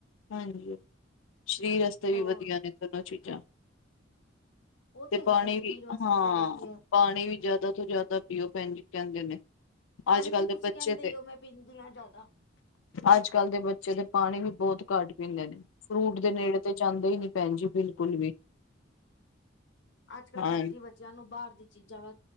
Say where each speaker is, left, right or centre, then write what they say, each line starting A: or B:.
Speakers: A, on the left; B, on the left.
A: ਹਾਂਜੀ ਸ਼ਰੀਰ ਵਾਸਤੇ
B: ਹੋਰ
A: ਵੀ ਵਧੀਆ ਨੇ ਦੋਨੋਂ ਚੀਜ਼ਾਂ।
B: ਉਹ
A: ਤੇ
B: ਤੇ ਹੈ
A: ਪਾਣੀ
B: ਸਰੀਰ
A: ਵੀ
B: ਵਾਸਤੇ
A: ਹਾਂ
B: ਤੇ ਵਧੀਆ
A: ਪਾਣੀ ਵੀ ਜਿਆਦਾ ਤੋਂ ਜਿਆਦਾ ਪੀਓ ਭੈਣ ਜੀ ਕੈਂਦੇ ਨੇ
B: ਪਾਣੀ
A: ਅੱਜ-ਕੱਲ
B: ਤੇ
A: ਦੇ
B: ਤੁਸੀਂ
A: ਬੱਚੇ
B: ਕਹਿੰਦੇ
A: 'ਤੇ
B: ਹੀ ਹੋ ਮੈਂ ਪੀਂਦੀ ਹਾਂ ਜ਼ਿਆਦਾ
A: ਅੱਜ-ਕੱਲ ਦੇ ਬੱਚੇ ਦੇ ਪਾਣੀ ਵੀ ਬੋਤ ਘੱਟ ਪੀਦੇ ਨੇ, ਫਰੂਟ
B: ਹਮ
A: ਦੇ ਨੇੜੇ ਤੇ ਜਾਂਦੇ ਈ ਨੀ ਭੈਣ ਜੀ ਬਿਲਕੁੱਲ ਵੀ।
B: ਅੱਜ-ਕੱਲ
A: ਹਾਂ
B: ਭੈਣ ਜੀ ਬੱਚਿਆਂ ਨੂੰ ਬਾਰ ਦੀ ਚੀਜ਼ਾਂ ਵ